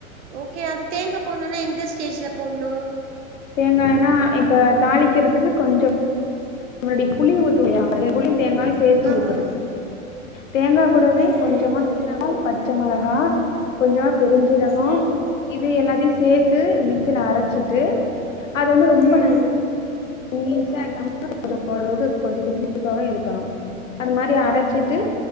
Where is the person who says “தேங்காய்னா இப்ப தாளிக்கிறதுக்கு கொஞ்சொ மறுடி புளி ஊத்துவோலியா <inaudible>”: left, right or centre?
Left